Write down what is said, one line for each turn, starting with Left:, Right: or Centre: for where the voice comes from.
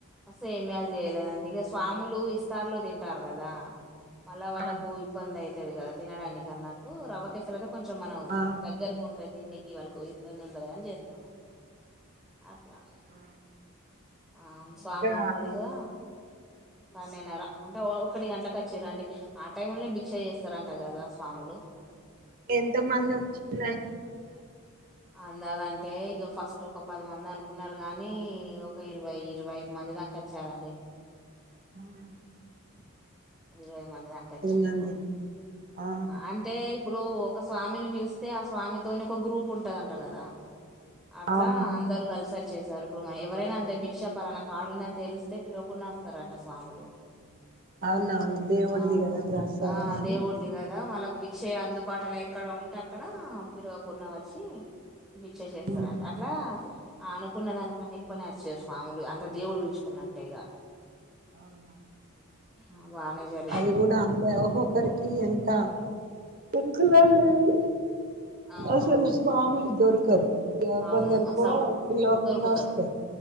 Centre: అ సేమియాల్ చేయలేదండి ఇక స్వాములు ఇస్తార్లో తింటారు కదా మళ్ళ వాళ్ళకు
Right: ఆ
Centre: ఇబ్బంది అయితది కదా తినడానికి అన్నట్టు రవ్వకేసరి అయితే కొంచెం మనం
Right: ఆ!
Centre: దగ్గర ఉంట తిన్నికి వాళ్ళకు ఇబ్బంది ఉండదా అని చేస్తున్నాము అట్లా
Right: ఆ!
Centre: ఆ
Right: ఇంకా
Centre: స్వాములందరిగా పన్నెన్నర ఒకటి గంటలకు వచ్చిరండి ఆ టైమ్నే భిక్ష చేస్తారంట కదా స్వాములు
Right: ఎంత మంది వచ్చింది
Centre: అందదంటే ఇక ఫస్ట్ ఒక పది మంది అనుకున్నార్ గానీ ఒక ఇరవై ఇరవై ఐదు మంది దాక వచ్చారండి
Right: ఆవున
Centre: ఇరవై ఐదు మంది దాంక వచ్చిండుఆ
Right: మంది ఆ
Centre: అంటే అంచెఇప్పుడు ఒక స్వామిని పిలిస్తే ఆ స్వామితోని ఒక గ్రూప్ ఉంటదంట కదా అట్లా
Right: అవును
Centre: అందరు కలిసొచ్ చేసారు ఇప్పుడు మ ఎవరైనా అంతే భిక్ష ప లాన కాడుందని తెలిస్తే పిలువకుండా వస్తారంట స్వాములు
Right: అవునవును దేవుడిది
Centre: అవును
Right: కదా ప్రసాదం
Centre: ఆ
Right: అని
Centre: దేవుని కదా వాళ్ళకు బిచ్చే అందుబాటులో ఎక్కడ ఉంటే అక్కడ పిడవకున్న వచ్చి భిక్ష చేస్తారంట
Right: హ్మ్.
Centre: అట్లా ఆనుకున్న దానికన్నా ఎక్కువనచ్చారు స్వాములు అంత దేవుడు పిలుచుకున్నట్టేగా
Right: అవునువున్
Centre: ఆ బానే జరిగిందండి
Right: అది కూడ అంతే ఒక్కొక్కరికి ఎంత లేద్ లేదండి
Centre: అవునవును
Right: అసలు స్వాములు దొరకరు ఇ
Centre: అవును
Right: కొందరికో
Centre: అసలు
Right: పిలవకుండా
Centre: దొరుకుతారు
Right: వస్తారు